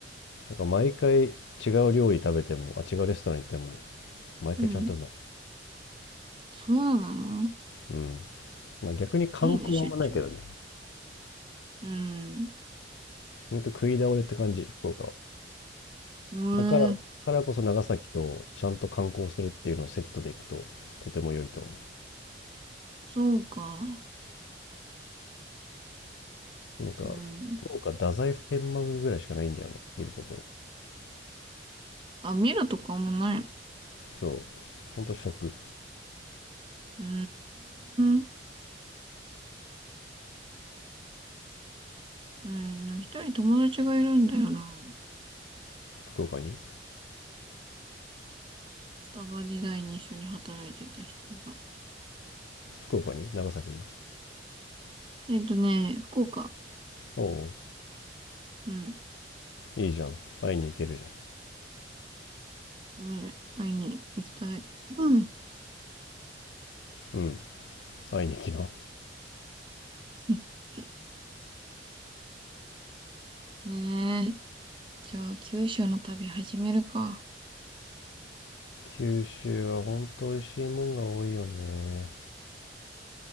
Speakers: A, on the left; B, on the right.
A: なんか毎回違う料理食べても、あ、違うレストラン行っても、毎回ちゃんとうまい。
B: うん。そうなの
A: うん。まあ、逆に観光はあんまないけどね。
B: いいね、出張で。うん。
A: ほんと食い倒れって感じ、福岡は。
B: え
A: まあ、から、
B: え、
A: からこそ長崎とちゃんと観光するっていうのをセットで行くと、とても良いと思
B: そうか。
A: う。なんか、
B: うん。
A: 福岡、太宰府天満宮ぐらいしかないんだよね、見るところ。
B: あ、見るとかもない
A: そう。ほんと食。
B: うーん。うん。一人友達がいるんだよな。
A: 福岡に
B: スタバ時代に一緒に働いてた人が。
A: 福岡に長崎に
B: えっとね、福岡。
A: おお
B: うん。
A: ういいじゃん会いに行けるじ
B: ね、会いに行きたい。うん。
A: ゃんうん会いに行きな
B: <laughs> ね、えじゃあ、九州の旅始めるか。
A: 九州はほんと美味しいもんが多いよね